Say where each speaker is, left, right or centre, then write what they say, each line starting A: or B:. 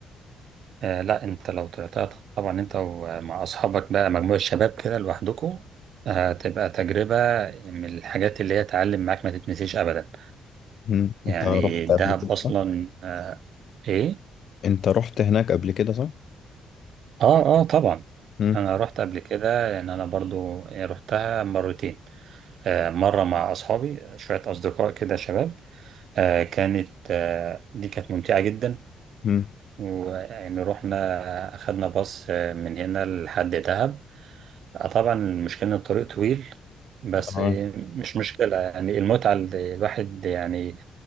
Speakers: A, on the right; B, on the left.
A: آه لا انت لو طلعتها طبعا انت ومع اصحابك بقى مجموعة شباب كده لوحدكم هتبقى تجربة من الحاجات اللي هي تعلم معاك ما تتنسيش ابدا
B: مم.
A: يعني
B: أنت رحت
A: الدهب
B: قبل كده
A: اصلا
B: صح؟
A: آه ايه
B: أنت رحت هناك قبل كده صح؟
A: اه اه طبعا
B: مم.
A: انا رحت قبل كده يعني انا برضو رحتها مرتين آه مرة مع اصحابي شوية اصدقاء كده شباب آه كانت آه دي كانت ممتعة جدا
B: مم.
A: ويعني رحنا آه، اخدنا باص آه، من هنا لحد دهب آه، طبعا المشكلة إن الطريق طويل بس
B: اه
A: آه، مش مشكلة يعني المتعة اللي الواحد يعني